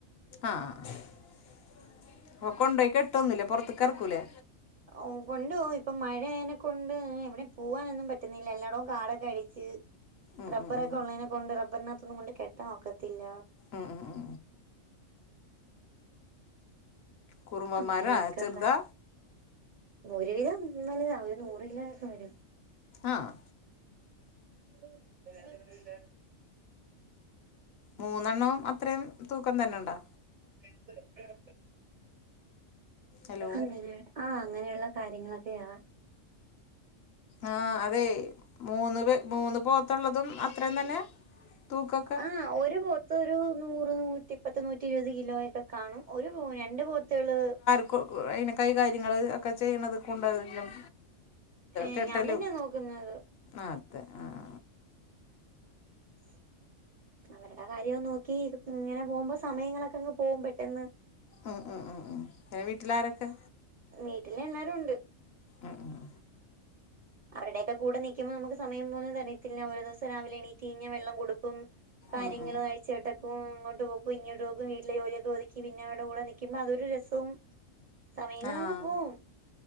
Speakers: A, on the left; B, on the right.
A: ആഹ് കൊണ്ടോയി കെട്ടൊന്നില്ല പോർത്തക്ക ഇറക്കൂലേ
B: ഓ കൊണ്ട് പോവും ഇപ്പൊ മഴയതിനെ കൊണ്ട് എവിടെ പോവാനൊന്നും പറ്റുന്നില്ല എല്ലാടോ കാടൊക്കെ അടിച്ച്
A: ഉം
B: റബ്ബറൊക്കെ
A: ഉം ഉം
B: ഉള്ളതിനനെ കൊണ്ട് റബ്ബറിനകത്തൊന്നും കൊണ്ട് കെട്ടാൻ ഒക്കത്തില്ല
A: ആഹ് ആഹ് കുറുമ്പന്മാരാ
B: അങ്ങനെയൊക്കെയള്ള
A: ചെറുതാ
B: ഒരുവിധം ഇന്നലെ രാവിലെ ഒരു നൂറ് ഗ്രാം ഒക്കെ വരും
A: ആഹ്
B: <inaudible>
A: മൂന്നെണ്ണവും അത്രയും തൂക്കം തന്നെ ഉണ്ടോ
B: അ
A: ഹലോ
B: അങ്ങനെ ആഹ് അങ്ങനെയുള്ള കാര്യങ്ങളൊക്കെയാണ്
A: ആഹ് അതെ മൂന്ന് മൂന്ന് പോത്തുള്ളതും അത്രയും തന്നെ തൂക്കൊക്കെ
B: ആഹ് ഒരു പോത്ത് ഒരു നൂറ് നൂറ്റി ഇപ്പത്തി നൂറ്റി ഇരുപത് കിലോയൊക്കെ കാണും ഒരു രണ്ട് പോത്തുകള്
A: അയിതിന കൈകാര്യങ്ങൾ ഒക്കെ ചെയ്യണത് കൊണ്ടും
B: ഏ
A: കെട്ടലും
B: ഞാൻ തന്നെയാ നോക്കുന്നത്
A: ആതെ ആഹ്
B: <inaudible> അവരുടെ കാര്യം നോക്കി ഇങ്ങനെ പോകുമ്പോ സമയങ്ങളൊക്കെ അങ്ങ് പോകും പെട്ടെന്ന്
A: ഉമ് ഉമ് ഉമ് ഏഹ് വീട്ടിലാരൊക്കെ
B: വീട്ടിൽ എല്ലാരും ഉണ്ട്
A: ഉമ്
B: അവരുടെയക്ക കൂടെ നിക്കുമ്പോ നമുക്ക് സമയം പോവുന്നത് അറിയത്തില്ല ഒരു ദിവസം രാവില എണീ തീഞ്ഞ വെള്ളം കൊടുപ്പും കാര്യങ്ങളുംയി
A: ഉം ഉം
B: ചേട്ടക്കും ഇങ്ങോട്ട് പോക്ക ഇങ്ങോട്ട് പോക്കും വീട്ടില ജോലിയൊക്കെ ഒതുക്കി പിന്നെവിടെ കൂടെ നിൽക്കുമ്പോ അതൊ ഒരു രസവും സമയങ്ങളങ്ങ്
A: ആഹ്
B: പോവും